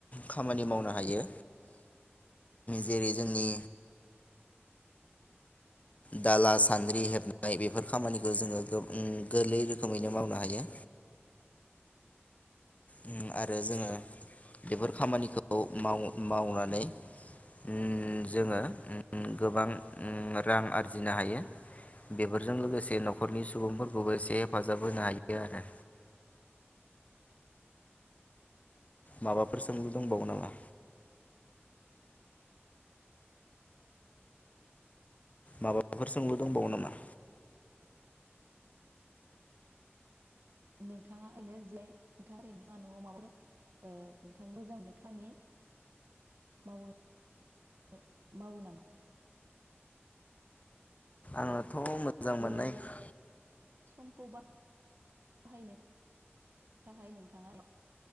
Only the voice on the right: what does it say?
औ
ओ
नोंथाङा ओरैनो जे नोंथाङा <unintelligible> न'आव माबाफोर ओ नोंथाङा मोजां मोननाय खानि मावो ओ मावो नामा?
जिरायनाय
समखौ बा बाहायनो थाखाय नोंथाङा